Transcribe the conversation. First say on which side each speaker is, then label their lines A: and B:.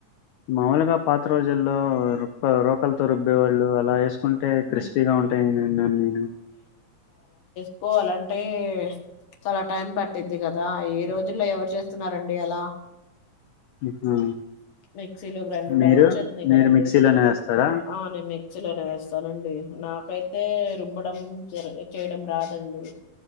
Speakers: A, on the left; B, on the left.
A: మాముూలుగా పాత రోజుల్లో ర రోకలతో రుబ్బ బ్బేవాళ్ళు అలా వేసుకుంటే క్రిస్పీగా ఉంటాయి నేను
B: తకోవాలంటే చాలా టైం పట్టిద్ది కదా ఏ రోజుల్లో ఎవరు చేస్తున్నారండి అలా
A: ఆ,
B: మిక్సీలో గ్రైండర్
A: మీరు
B: లాగా వచ్చేస్తున్నాయి
A: మీరు
B: కదంీ
A: మిక్సీలోనే వేస్తారా
B: ఆ నేను మిక్సీలోనే వేస్తానండి నాకైతే ఇవ్వడం జ చేయడం రాదండి